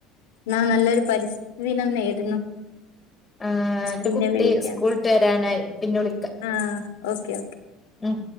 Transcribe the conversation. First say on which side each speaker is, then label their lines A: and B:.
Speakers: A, on the left (about 80°); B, on the left (about 15°).
A: എന്നാ നല്ലൊരു പരിസ്ഥിതിന നേരുന്നു
B: ആ എന്റെ
A: പിന്നെ
B: കുട്ടി
A: വിളിക്കാം
B: സ്കൂളട്ട് വരാനായി പിന്നെ വിളിക്ക
A: ആ ഓക്കെ ഓക്കെ
B: ഉ